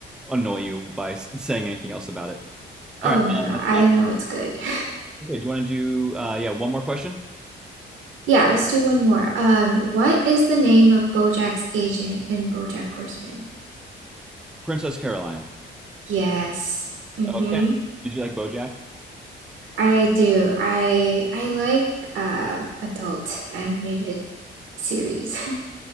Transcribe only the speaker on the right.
Oh
no no,
I
know it's good. <laughs>
Yeah, let's do one more. Um, what is the name of BoJack's agent in BoJack Horseman?
Yes. Mm-hmm.
I do. I I like um adult animated series. <laughs>